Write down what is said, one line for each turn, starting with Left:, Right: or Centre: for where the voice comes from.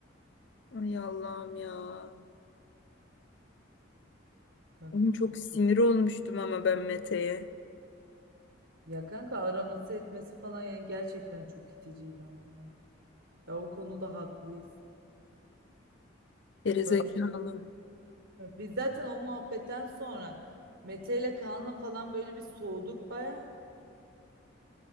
Left: Ay Allah'ım ya.
Right: Kanka
Left: Oğlum çok
Right: çok
Left: sinir
Right: çok.
Left: olmuştum ama ben Mete'ye.
Right: Ya kanka araması etmesi falan yani gerçekten çok iticiydi ama yani. Ya o konuda haklıyız.
Left: Gerizekalı.
Right: Ben çok Biz zaten o muhabbetten sonra Mete ile Kaan'la falan böyle bir soğuduk baya.